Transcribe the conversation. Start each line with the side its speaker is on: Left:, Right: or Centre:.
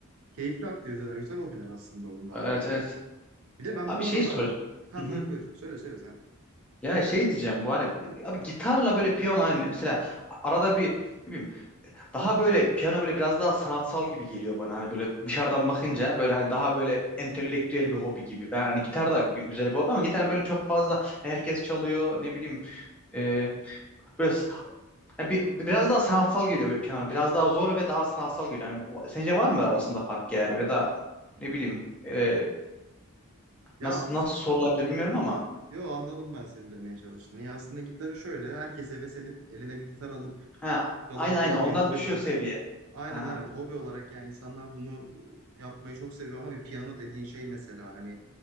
Right: Keyifli aktiviteler, güzel hobiler aslında bunlar
Centre: evet
Right: yani.
Centre: evet.
Right: Bir de ben
Centre: Abi
Right: bu
Centre: şey
Right: aralar...
Centre: soracağım.
Right: Ha
Centre: Hı
Right: buyur
Centre: hı.
Right: buyur. Söyle söyle sen.
Centre: Ya şey diyeceğim bu hani abi gitarla böyle piyano hani mesela arada bir ne bileyim, Daha böyle piyano böyle biraz daha sanatsal gibi geliyor bana. Hani böyle dışarıdan bakınca böyle hani daha böyle entelektüel bir hobi gibi. Ben hani gitar da gü- güzel bir hobi ama gitar böyle çok fazla herkes çalıyor ne bileyim. E, biraz hani bir- biraz daha sanatsal geliyor böyle piyano. Biraz daha zor ve daha sanatsal geliyor. Hani bu- sence var mı arasında fark yani ya da ne bileyim e,
Right: Ya
Centre: nasıl
Right: aslında...
Centre: nasıl sorulabilir bilmiyorum ama.
Right: Yo anladım ben seni demeye çalıştığını. Ya aslında gitarı şöyle herkes heves edip eline bir gitar alıp
Centre: Ha,
Right: çalabiliyor
Centre: aynen aynen ondan
Right: bir hobi
Centre: düşüyor
Right: olarak.
Centre: seviye.
Right: Aynen
Centre: Aha.
Right: aynen hobi olarak yani insanlar bunu e, yapmayı çok seviyor ama bir piyano dediğin şey mesela hani